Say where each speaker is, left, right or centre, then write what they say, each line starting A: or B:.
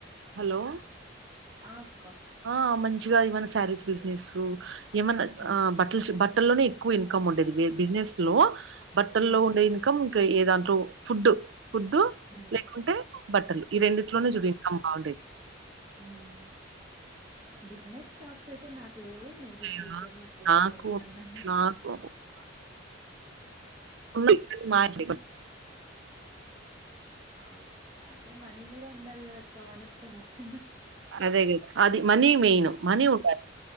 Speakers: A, on the right (about 65°); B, on the right (about 25°).
A: హలో
B: ఆ అక్క
A: ఆ మంచిగా ఏమైనా శారీస్ బిజినెస్ ఏమన్నా
B: ఉమ్
A: బట్టలు బట్ లోనే ఎక్కువ ఇన్కమ్ ఉండేది బిజినెస్ లో బట్టల్లో
B: ఉమ్
A: ఉండే ఇనకం ఏదాంటూ ఫుడ్ ఫుడ్డు
B: ఉమ్
A: లేకుంటే బట్టలు ఈ రెండిట్లోనే
B: బట్
A: చూడి ఇన్కమ్ బాగుండేది
B: ఉమ్ బిజినెస్ తర్ట్స్ అయితే నాక లేవు మే బ
A: అయ్యో,
B: ఫ్యూచర్ హస్బెండ్
A: నాకు
B: క వర్ననన్నా
A: నాకు ఉ మాచ
B: ఓకే అంటే మనీ కూడా ఉండాలి కదా అక్క మనకు తట్స్
A: అదే అది మనీ మెయిన్ మనీ ఉండాలి